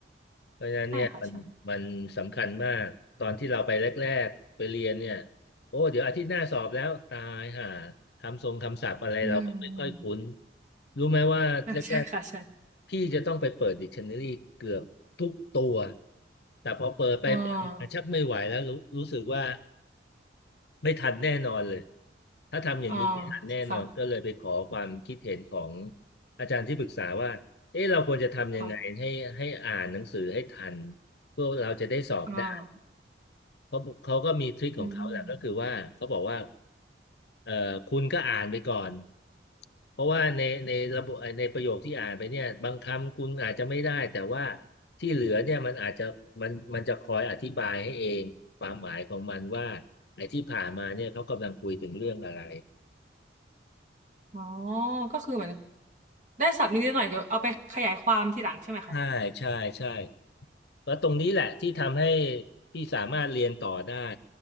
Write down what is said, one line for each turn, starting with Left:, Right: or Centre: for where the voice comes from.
Left: เพราะฉะนั้นเนี่ยมันมันสำคัญมากตอนที่เราไปแรกๆไปเรียนเนี่ย
Right: ใช่ค่ะใช่
Left: โอ้ เดี๋ยวอาทิตย์หน้าสอบแล้วตายห่าคำทรงคำศัพท์อะไรเราก็ไม่ค่อยคุ้น
Right: อืม
Left: รู้ไหมว่าแรกๆพี่จะต้องไปเปิดดิกชันนารีเกือบทุกตัว
Right: อ่าใช่ค่ะใช่
Left: แต่พอเปิดไปเปิดมาชักไม่ไหวแล้วรู้รู้สึกว่า
Right: อ่า
Left: ไม่ทันแน่นอนเลยถ้าทำอย่างนี้ไม่ทันแน่นอนก็เลยไปขอความคิดเห็นของ
Right: อ่าค่ะ
Left: อาจารย์ที่ปรึกษาว่าเอ๊ะเราควรจะทำยังไงให้ให้อ่านหนังสือให้ทัน
Right: ค่ะ
Left: พวกเราจะได้สอบได้
Right: อ่า
Left: เขาเขาก็มีทริคของเขาแหละก็คือว่าเขาบอกว่า
Right: อืม
Left: เอ่อคุณก็อ่านไปก่อนเพราะว่าในในระบบในประโยคที่อ่านไปเนี่ยบางคำคุณอาจจะไม่ได้แต่ว่าที่เหลือเนี่ยมันอาจจะมันมันจะคอยอธิบายให้เองความหมายของมันว่าไอ้ที่ผ่านมาเนี่ยเขากำลังคุยถึงเรื่องอะไร
Right: อ๋อก็คือเหมือนได้ศัพท์นิดๆหน่อยๆเดี๋ยวเอาไปขยายความทีหลังใช่ไหมคะ
Left: ใช่ใช่ใช่แล้วตรงนี้แหละที่ทำให้พี่สามารถเรียนต่อได้